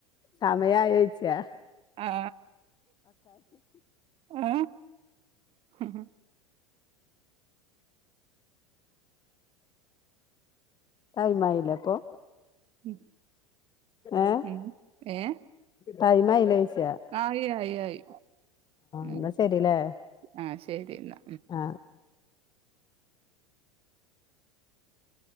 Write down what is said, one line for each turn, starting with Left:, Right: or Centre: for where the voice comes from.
Left: സമയആയോ ചോയിച്ചാ.
Right: ആ ആ ഇമ്
Left: ടൈമായി ലെപ്പൊ?
Right: ഉം
Left: ഏ
Right: ഉം ഏ
Left: ടൈമായി ലെ ചോയ്ച്ചാ?
Right: ആയി ആയി ആയി
Left: എന്നാ
Right: ഉ
Left: ശരില്ലേ
Right: ആ ശരി ന്നാ.
Left: ആ